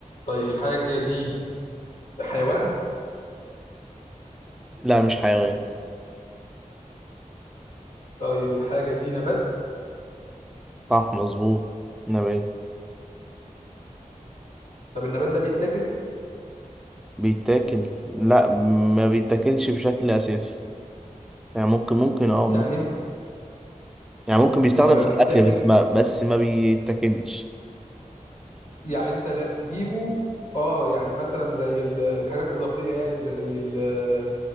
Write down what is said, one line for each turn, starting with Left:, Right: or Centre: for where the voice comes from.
Left: طيب الحاجه دي حيوان
Centre: لا مش حيوان
Left: طيب الحاجه دي نبات
Centre: صح مظبوط نبات
Left: طب النبات ده بيتاكل
Centre: بيتاكل لا ما بيتاكلش بشكل اساسي يعني ممكن ممكن اه
Left: يعني
Centre: ممكن
Left: ايه
Centre: يعني ممكن بيستخدم
Left: ما هو لا
Centre: في
Left: بيتاكل
Centre: الاكل بس ما بس ما بيتاكلش
Left: يعني انت لا تجيبه اه يعني مثلا زي ال- الحاجات الاضافيه يعني زي ال